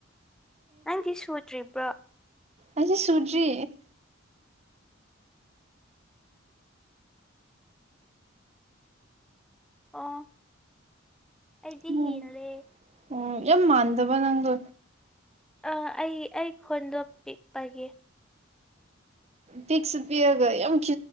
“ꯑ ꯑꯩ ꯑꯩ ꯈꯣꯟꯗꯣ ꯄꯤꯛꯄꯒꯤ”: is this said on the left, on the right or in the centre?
Centre